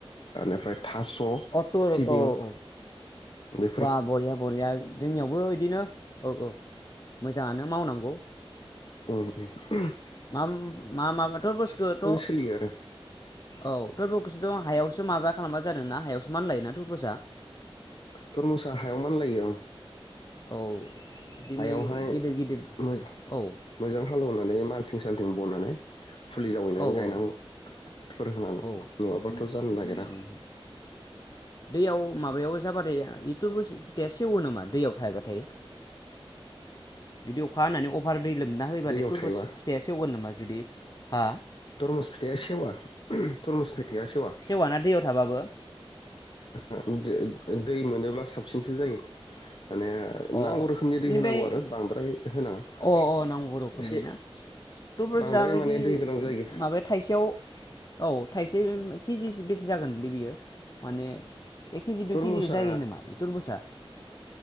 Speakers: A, on the left (about 60°); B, on the left (about 40°).
A: बेनिफ्राय थास'
B: अ थुर
A: सिबिं
B: औ औ
A: बे
B: बा बरिया बरिया जोंनियावबो इदिनो औ औ मोजाङानो मावनांगौ
A: उम उम <unintelligible>
B: मा मा माबा थुरबुसखथ'
A: सोलियो आरो
B: औ थुरबखसथ' हायावसो माबा खालामबा जादों ना हायावसो मान लायोना थुरबुसा
A: तरमुसा हायाव मानलायो ओं
B: औ बिदिनो
A: हायावहाय
B: गिदिर गिदिर
A: मोजां
B: औ
A: मोजां हालेवनानै माल्थिं स सालथिं बनानै फुलि जावैनानै
B: औ
A: गायनांगौफोर
B: औ
A: होनानै
B: औ
A: नङाबाथ'। जानो नागिरा
B: उम दैयाव माबायाव जाबाथाय इथुरबुस फिथाइया सेवो नामा दैयाव थायबाथाय बिदि अखा हानानै अभार दै लोमना होयोबाथाय
A: दैयाव
B: थरबुज
A: थाइबा
B: फिथाइया सेवगोन नामा जुदि हा
A: तरमुस फिथाइया सेवा तरमुस फिथाइया सेवा
B: सेवाना दैयाव थाबाबो?
A: <inaudible> दै मोनोब्ला साबसिनसो जायो माने
B: अ
A: नांगौ रोखोमनि
B: बेनिफ्राय
A: दै होनांगौ आरो बांद्राय होनाङा
B: अ अ नांगौ रोखोमनि
A: एसे
B: ना थरबुजा
A: बांद्राय
B: बिदि
A: माने दै गोनां जायो
B: माबाया थाइसेयाव औ थाइसे केजिसे बेसे जागोनलै बियो माने एक केजि दुइ
A: तरमुसा
B: केजि जायो नामा ए थुरबुसा